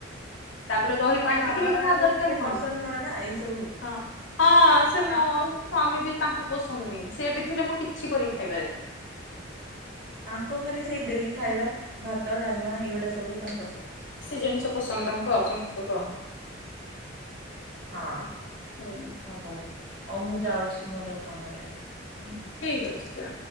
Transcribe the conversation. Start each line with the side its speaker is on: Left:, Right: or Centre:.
Left: ତାପରେ ଦହି ପାଣି
Right: ଏ ବାବା
Left: ଟିକେ ହେଇଗଲା,
Right: ମାନଙ୍କୁ
Left: ଆଉ ଦରକାର
Right: ଟିକେ
Left: କଣ?
Right: ପସନ୍ଦ ନୁହଁ ନା ଏଇ ସବୁ
Left: ହଁ ହଁ ସେ
Right: ତା
Left: ମୋ ସ୍ଵାମୀ ବି ତାଙ୍କ ପସନ୍ଦନି ସିଏ ବି ଥିଲେ ମୁଁ କିଛି କରିକି ଖାଇପାରେନି।
Right: ତାଙ୍କୁ ଖାଲି ସେଇ ଡେଲି ଖାଇବା ଭାତ ଡାଲମା ଏଇଗୁଡା ସବୁ ତାଙ୍କୁ ପସ
Left: ଦେଶୀ ଜିନିଷ ପସନ୍ଦ ତାଙ୍କୁ ଆଉ ସମସ୍ତଙ୍କୁ ଆଉ
Right: ହଁ
Left: ହୁଁ।
Right: ହ ହଉ ହଉ ମୁଁ ଯାଉଛି ମୋର ସମୟ ହେଇଗଲାଣି।
Left: ହଁ ଠିକ ଅଛି ଯା।